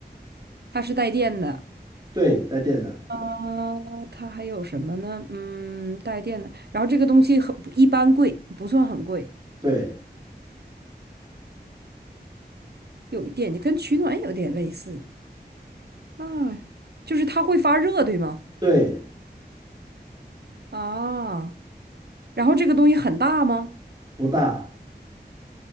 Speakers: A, on the right (about 70°); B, on the right (about 25°).
A: 它是带电的。
B: 对，带电的，
A: 啊，它还有什么呢？嗯，带电的。然后这个东西很不一般贵，不算很贵，
B: 对，
A: 有一点跟取暖有点类似。那就是它会发热，对吗？
B: 对，
A: 啊，然后这个东西很大吗？
B: 不大，